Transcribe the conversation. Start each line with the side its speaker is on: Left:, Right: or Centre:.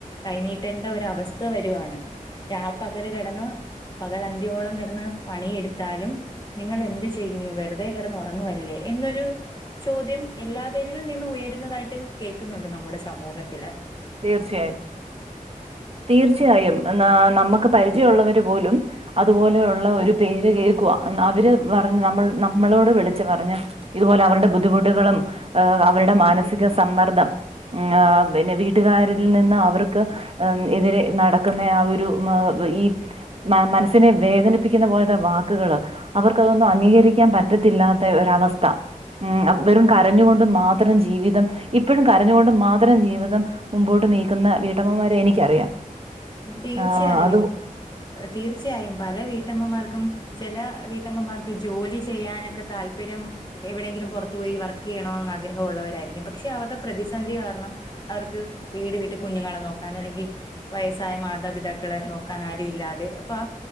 Left: കൈനീട്ടേണ്ട ഒരവസ്ഥ വരുവാണ്. രാ പകല് കെടന്ന് പകൽ അന്ത്യോളം കെടന്ന് പണിയെടുത്താലും നിങ്ങൾ എന്ത് ചെയ്യുന്നു വെറുതെ കെടന്ന് ഒറങ്ങുവല്ലേ എന്നൊരു ചോദ്യം എല്ലാവരിൽ നിന്നുയരുന്നതായിട്ട് കേക്കുന്നുണ്ട് നമ്മുടെ സമൂഹത്തി-
Right: തീർച്ചയായും തീർച്ചയായും നമ്മക്ക് പരിചയുള്ളവര്- പോലും അതുപോലെയുള്ള ഒരു പേര് കേക്കുവാ അവര് പറഞ്ഞ് നമ്മൾ നമ്മളോട് വിളിച്ച് പ - റഞ്ഞ ഇതുപോലെ അവരുടെ ബുദ്ധിമുട്ടുകളും അവരുടെ മാനസിക സമ്മർദ്ദം മ് ആ പിന്നെ വീ- ട്ട്കാരിൽ നിന്ന് അവർക്ക് എതിരെ നടക്കുന്ന ആ ഒരു ഈ മനസ്സിനെ വേദനിപ്പിക്കുന്ന പോലത്തെ വാക്കുകള് അവർക്കതൊന്നും അംഗീകരിക്കാൻ പറ്റത്തില്ലാത്ത ഒരവസ്ഥ മ് വെറും കരഞ്ഞുകൊണ്ട് മാത്രം ജീവിതം ഇപ്പഴും കരഞ്ഞുകൊണ്ട് മാത്രം ജീവിതം മുമ്പോട്ട് നീക്കുന്ന വീട്ടമ്മമാരെ എനിക്കറിയാം
Left: തീർച്ചയായും
Right: ആഹ് അത്
Left: തീർച്ചയായും പല വീ- ട്ടമ്മമാർക്കും ചെല വീട്ടമ്മമാർക്ക് ജോലി ചെയ്യാനൊക്കെ താല്പര്യം എവിടെയെങ്കിലും പൊറ- ത്ത് പോയി വർക്കെയ്യണോന്നാഗ്രഹവുള്ളവരായിരിക്കും പക്ഷെ അവരുടെ പ്രതിസന്ധി കാരണം അവർക്ക് വീട് വിട്ട് കുഞ്ഞുങ്ങളെ നോക്കാൻ അല്ലെങ്കി വയസ്സായ മാതാപിതാക്കളെ നോക്കാൻ ആരു ഇല്ലാതെ അപ്പൊ ആ